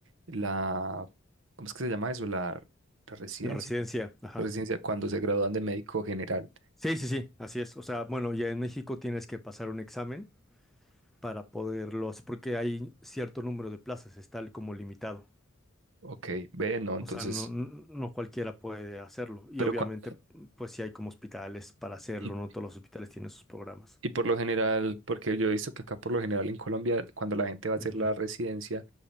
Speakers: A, on the right; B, in the centre.
A: la, ¿cómo es que se llama eso? La, la residencia.
B: la residencia, ajá.
A: La residencia cuando se gradúan de médico general.
B: Sí, sí, sí, así es. O sea, bueno, ya en México tienes que pasar un examen para poderlo hacer, porque hay cierto número de plazas, está como limitado.
A: Ok, ve, no,
B: O
A: entonces,
B: sea, no, no no cualquiera puede hacerlo. Y
A: pero
B: obviamente,
A: cua-
B: pues sí hay como hospitales para hacerlo,
A: y-
B: no todos los hospitales tienen sus programas.
A: Y por lo general, porque yo he visto que acá por lo general en Colombia, cuando la gente va a
B: Ujú.
A: hacer la residencia,